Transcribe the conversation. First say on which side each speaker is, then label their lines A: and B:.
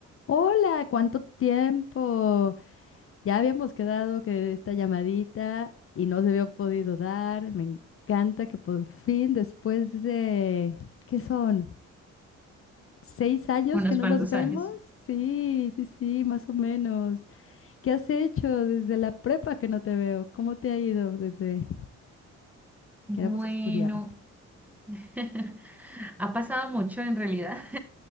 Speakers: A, on the left (about 45°); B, in the centre.
A: Hola, ¿cuánto tiempo? Ya habíamos quedado que esta llamadita y no se había podido dar. Me encanta que por fin, después de, ¿qué son? ¿Seis años
B: Unos
A: que no
B: cuantos
A: nos vemos?
B: años.
A: Sí, sí, sí, más o menos. ¿Qué has hecho desde la prepa que no te veo? ¿Cómo te ha ido desde
B: Bueno,
A: que éramos estudiantes?
B: <laughs> ha pasado mucho en realidad. <laughs>